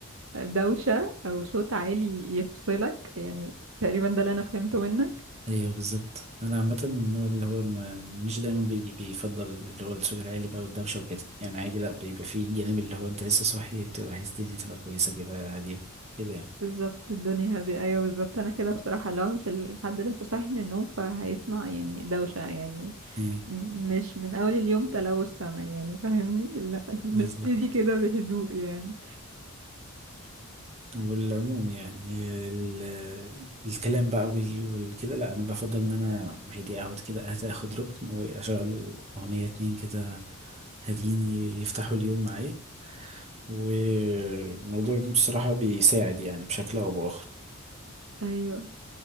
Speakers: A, on the right; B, on the right.
A: دوشة او صوت عالي يفصلك يعني تقريبا ده اللي انا فهمته منك
B: أيوه بالظبط أنا عامة من النوع اللي هو ما- مش دايما بي بيفضل اللي هو الصوت العالي بقى والدوشة وكده يعني عادي لأ بيبقى فيه الجانب اللي هو أنت لسه صاحي تبقى عايز الدنيا تبقى كويسة كده هادية كده يعني
A: بالظبط الدنيا هادية ايوه بالظبط انا كده بصراحة لو مش الحد لسه صاحي من النوم فهيسمع يعني دوشة يعني
B: إيه
A: م- مش من اول اليوم تلوث سمع يعني فاهمني لا <laughs> نبتدي
B: بالظبط
A: كده بهدوء يعني
B: والعموم يعني ال- الكلام بقى وال- والكده لا انا بفضل ان انا هيدي اقعد كده أهدى، اخد ركن واشغل اغنية اتنين كده هاديين ي- يفتحوا اليوم معايا والموضوع بصراحة بيساعد يعني بشكل او باخر
A: ايوه